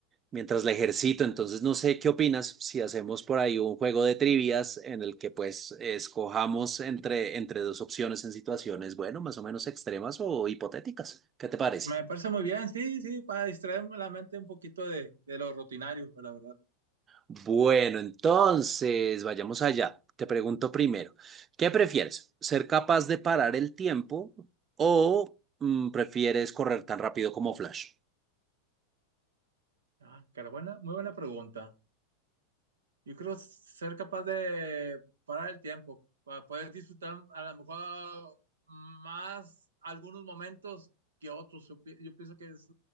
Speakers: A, on the right; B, on the right.
A: mientras la ejercito. Entonces, no sé qué opinas si hacemos por ahí un juego de trivias en el que pues escojamos entre entre dos opciones en situaciones, bueno, más o menos extremas o hipotéticas. ¿Qué te parece?
B: Me parece muy bien, sí, sí, para distraerme la mente un poquito de, de lo rutinario, la verdad.
A: Bueno, entonces, vayamos allá. Te pregunto primero, ¿qué prefieres? ¿Ser capaz de parar el tiempo o mm, prefieres correr tan rápido como Flash?
B: Ah, cara, buena, muy buena pregunta. Yo creo ser capaz de parar el tiempo, para poder disfrutar a lo mejor más algunos momentos que otros. Yo, pi- yo pienso que es-